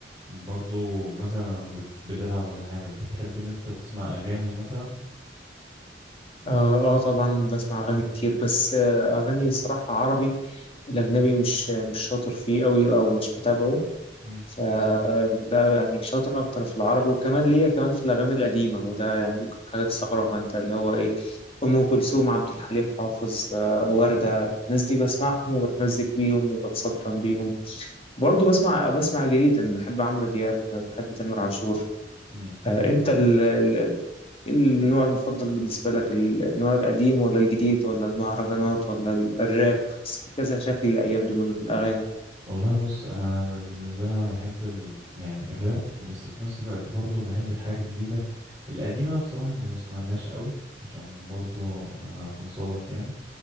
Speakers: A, on the right; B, on the left.
A: برضو مثلا بت- بتلعب ولا حاجة بتحب ان انت تسمع اغاني مثلا
B: اه, آه طبعا بسمع اغاني كتير بس آه اغاني الصراحه عربي الاجنبي مش مش شاطر فيه قوي او مش متابعه
A: مم.
B: فده يعني شاطر أكتر في العربي وكمان ليا كمان في الأغاني القديمة وده يعني ممكن حاجة تستغربها أنت اللي هو إيه أم كلثوم عبد الحليم حافظ آه، وردة الناس دي بسمعهم وبتمزج بيهم وبتسلطن بيهم برضه بسمع بسمع جديد أنا بحب عمرو دياب بحب تامر عاشور
A: مم.
B: آه، أنت ال- ال- ال- إيه النوع المفضل بالنسبة لك ال- النوع القديم ولا الجديد ولا المهرجانات ولا ال- الراب بس في كذا شكل الأيام دي من الأغاني
A: والله بص انا ب- بالنسبة لي انا بحب ال... يعني الراب بس في نفس الوقت برضو بحب الحاجات الجديدة القديمة بصراحة ما بسمعلهاش قوي عشان برضو ما اكون صادق يعني